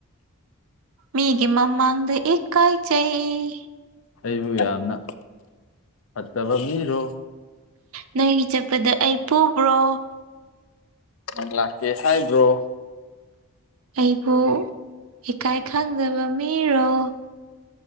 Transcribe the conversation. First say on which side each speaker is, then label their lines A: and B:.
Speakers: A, on the right; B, on the left.
A: ꯃꯤꯒꯤ ꯃꯃꯥꯡꯗ ꯏꯀꯥꯏꯖꯩ
B: ꯑꯩꯕꯨ ꯌꯥꯝꯅ ꯐꯠꯇꯕ ꯃꯤꯔꯣ
A: ꯅꯣꯏꯒꯤ ꯆꯠꯄꯗ ꯑꯩ ꯄꯨꯕ꯭ꯔꯣ?
B: ꯅꯪ ꯂꯥꯛꯀꯦ ꯍꯥꯏꯕ꯭ꯔꯣ
A: ꯑꯩꯕꯨ ꯏꯀꯥꯏ ꯈꯪꯗꯕ ꯃꯤꯔꯣ